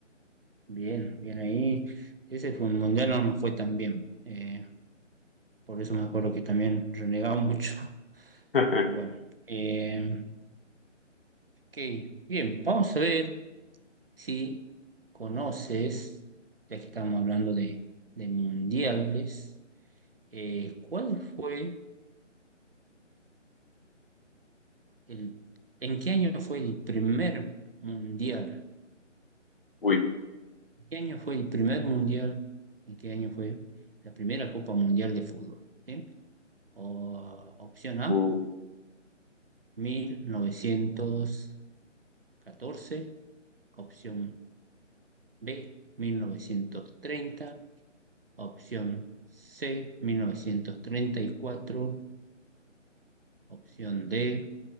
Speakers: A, on the right; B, on the left.
A: Bien, bien ahí. Ese fue un mundial, no nos fue tan bien. Eh, por eso me acuerdo que también renegaba mucho.
B: <laughs>
A: Pero bueno. Eh, ok, bien, vamos a ver si conoces, ya que estamos hablando de, de mundiales, eh, ¿cuál fue el, en qué año fue el primer mundial?
B: Uy,
A: ¿Qué año fue el primer mundial ¿En qué año fue la primera Copa Mundial de Fútbol? ¿Sí? O- opción A,
B: uy,
A: mil novecientos catorce, opción B, 1930, opción C, 1934. Opción D,